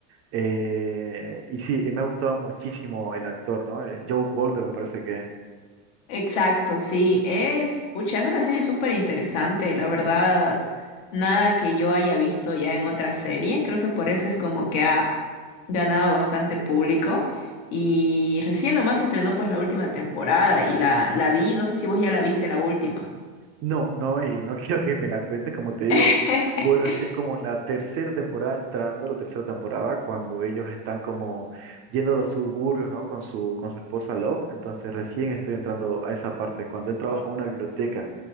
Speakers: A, on the right; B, on the left.
A: Eh, y sí, eh, me ha gustado muchísimo el actor, ¿no? Eh, Joe Goldberg me parece que...
B: Exacto, sí, es, pucha, es una serie súper interesante, la verdad, nada que yo haya visto ya en otras series, creo que por eso es como que ha ganado bastante público y recién nomás se estrenó pues la última temporada y la, la vi, no sé si vos ya la viste la última.
A: No, no, y no <laughs> quiero que me la cuentes. Como te digo,
B: <laughs>
A: voy recién como en la tercera temporada entrando, la tercera temporada, cuando ellos están como yendo a los suburbios, ¿no? Con su, con su esposa Love. Entonces recién estoy entrando a esa parte, cuando él trabaja en una biblioteca.